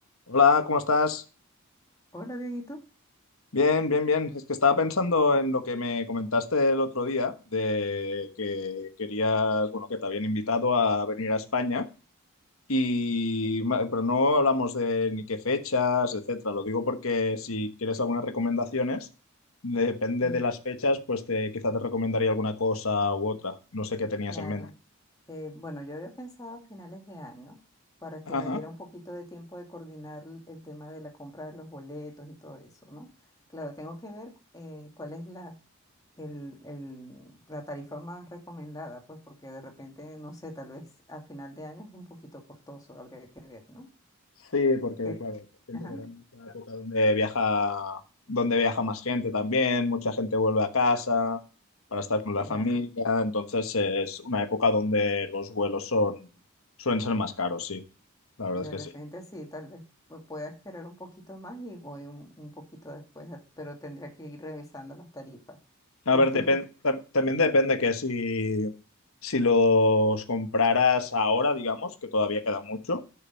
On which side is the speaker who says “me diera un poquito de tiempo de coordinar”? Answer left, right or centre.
Left